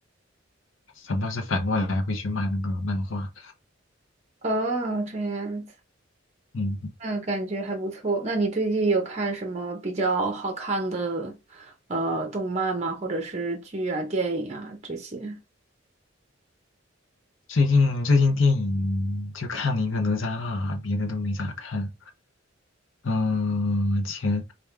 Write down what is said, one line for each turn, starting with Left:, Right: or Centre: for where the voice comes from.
Left: 反倒是反过来会去骂那个漫画，
Right: 哦，这样子。
Left: 嗯。
Right: 嗯，感觉还不错。那你最近有看什么比较好看的呃动漫吗？或者是剧啊、电影啊这些？
Left: 最近最近电影就看了一个《哪吒二》，别的都没咋看。嗯，前